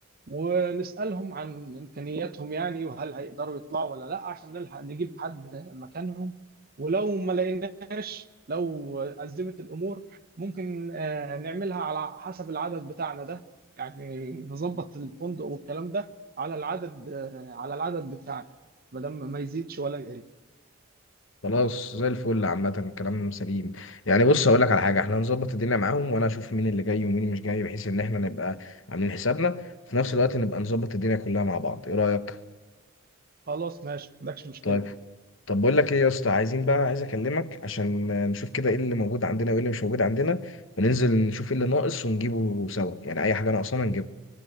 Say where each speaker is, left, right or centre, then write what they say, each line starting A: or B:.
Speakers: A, on the right; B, on the left.
A: ونسألهم عن إمكانياتهم يعني وهل هيقدروا يطلعوا ولا لا عشان نلحق نجيب حد مكانهم ولو ما لقيناش لو أزمت الأمور ممكن آه، نعملها على حسب العدد بتاعنا ده يعني نظبط الفندق والكلام ده على العدد آه، على العدد بتاعنا ما دام ما يزيدش ولا يقل
B: خلاص زي الفل عامة الكلام سليم يعني بص هقول لك على حاجة احنا هنظبط الدنيا معاهم وانا اشوف مين اللي جاي ومين مش جاي بحيث ان احنا نبقى عاملين حسابنا في نفس الوقت نبقى نظبط الدنيا كلها مع بعض ايه رأيك؟
A: خلاص ماشي ما عندكش مشكلة
B: طيب طب بقول لك ايه يا اسطى عايزين بقى عايز اكلمك عشان نشوف كده ايه اللي موجود عندنا وايه اللي مش موجود عندنا وننزل نشوف ايه اللي ناقص ونجيبه سوا يعني اي حاجه ناقصانا نجيبها